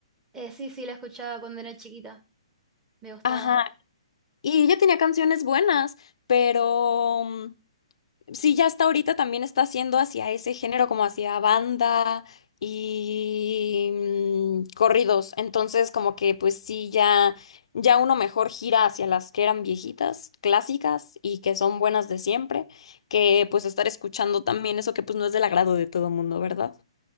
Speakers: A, on the right (about 15°); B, on the left (about 70°).
A: Eh, sí, sí, la escuchaba cuando era chiquita, me gustaba.
B: Ajá. Y ella tenía canciones buenas, pero Sí, ya hasta ahorita también está haciendo hacia ese género, como hacia banda y mm, corridos. Entonces, como que pues sí, ya, ya uno mejor gira hacia las que eran viejitas, clásicas y que son buenas de siempre, que pues estar escuchando también eso que pues no es del agrado de todo mundo, ¿verdad?